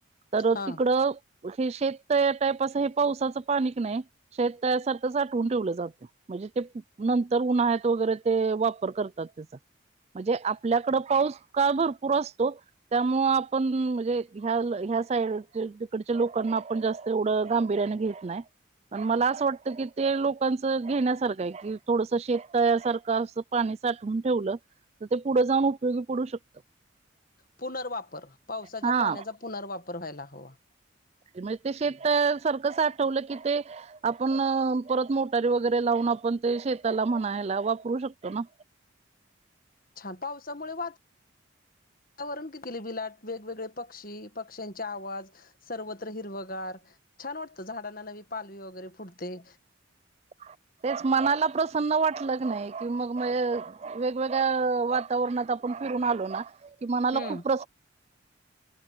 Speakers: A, on the right; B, on the left.
A: तर
B: हा
A: तिकड हे शेत या टाईप असं हे पावसाचं. पानिक नाही शेत तयासारखं साठवून ठेवलं जाते. म्हणजे ते नंतर उन्हाळ्यात वगैरे ते वापर करतात त्याचा. म्हणजे आपल्याकडं पाऊस का भरपूर असतो. त्यामुळ आपण म्हणजे ह्या ह्या साईड तिकडच्या लोकांना आपण जास्त. एवढं गांभीर्याने घेत नाही. पण मला असं वाटतं की ते लोकांचं घेण्यासारखं आहे कि थोडस शेत तयारसारखं असं. पाणी साठवून ठेवलं तर ते पुढं जाऊन उपयोगी पडू शकत.
B: पुनर्वापर पावसाच्या
A: हा
B: पाण्याचा पुनर्वापर व्हायला हवा?
A: म्हणजे ते शेत सारखं साठवलं की ते. आपण परत मोटारी वगैरे लावून आपण ते शेताला म्हणायला वापरू शकतो ना
B: छान पावसामुळे वा वातावरण किती बिलाट वेगवेगळे पक्षी पक्ष्यांचे. च्या आवाज सर्वत्र हिरवगार छान वाटत झाडांना नवी पालवी वगैरे फुडते.
A: <inaudible> तेच मनाला प्रसन्न वाटलं क नाही कि मग वेगवेगळ्या वातावरणात आपण फिरून आलो ना कि मनाला
B: हम्म
A: खुप प्रस